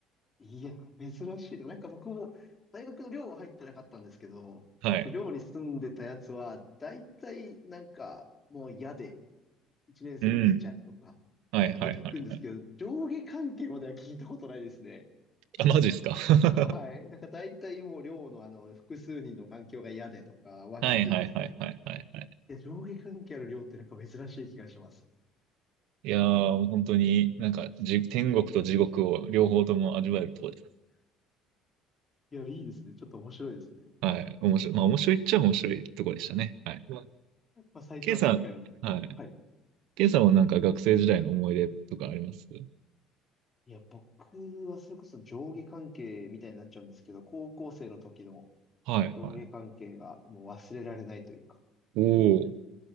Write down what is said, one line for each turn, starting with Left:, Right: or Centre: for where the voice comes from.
Left: いや、珍しいな。なんか僕も大学の寮は入ってなかったんですけど、
Right: はい。
Left: その寮に住んでたやつは、大体なんかもう嫌で、1年生で出ちゃうとか
Right: うん。はいはいはいはい。
Left: は聞くんですけど、上下関係までは聞いたことないですね。
Right: あ、マジっすか。<laughs>
Left: はい。なんか大体もう寮のあの、複数人の環境が嫌でとかは聞くんですけど、
Right: はいはいはいはいはいはい。
Left: いや、上下関係ある寮ってなんか珍しい気がします。
Right: いやー、もう本当になんかじ、天国と地獄を両方とも味わえるところです。
Left: いや、いいですね。ちょっと面白いですね。
Right: はい。面白い。まあ面白いっちゃ面白いところでしたね。はい。まあ、
Left: まあ最初は確かに。
Right: ケイさん、はい。
Left: はい。
Right: ケイさんはなんか学生時代の思い出とかあります
Left: いや、僕はそれこそ上下関係みたいになっちゃうんですけど、高校生の時の
Right: はいはい。
Left: 上下関係がもう忘れられないというか。
Right: おー。